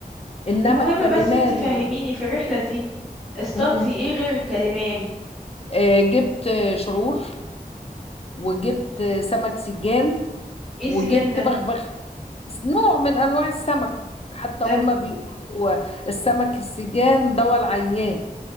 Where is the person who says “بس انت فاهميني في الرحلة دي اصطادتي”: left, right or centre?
Centre